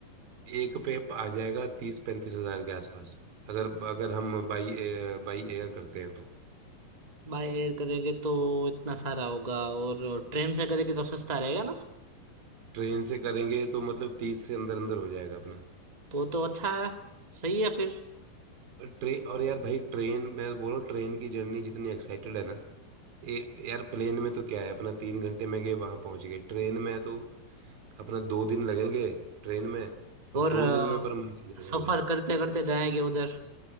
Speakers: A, on the right (about 70°); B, on the right (about 25°).
A: एक पे आ जाएगा तीस पैंतीस हजार के आसपास अगर अगर हम बाई बाई एयर करते हैं तो
B: बाय एयर करेंगे तो इतना सारा होगा और ट्रेन से करेंगे तो सस्ता रहेगा ना
A: ट्रेन से करेंगे तो मतलब तीस से अंदर अंदर हो जाएगा अपना
B: तो तो अच्छा है सही है फिर
A: ट्रेन और यार भाई ट्रेन मैं बोल रहा हूँ ट्रेन की जर्नी जितनी एक्साइटेड है ना ए, यार प्लेन में तो क्या है अपना तीन घंटे में गए वहां पहुंच गए ट्रेन में तो अपना दो दिन लगेंगे ट्रेन में और
B: और
A: दो
B: अ,
A: दिन में पर मजा आ
B: सफर
A: जाएगा भाई
B: करते करते जाएंगे उधर